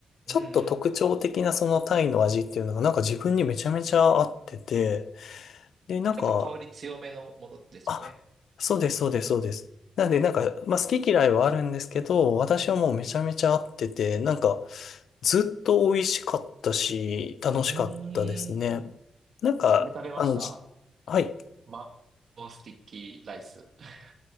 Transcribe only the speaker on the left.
ちょっと特徴的なそのタイの味っていうのが、
なんか自分にめちゃめちゃ合ってて、で、なんか、
あ、そうです、そうです、そうです。なんで、なんか、まあ、好き嫌いはあるんですけど、私はもうめちゃめちゃ合ってて、なんか、ずっと美味しかったし、楽しかったですね。
なんか、
あの、じはい。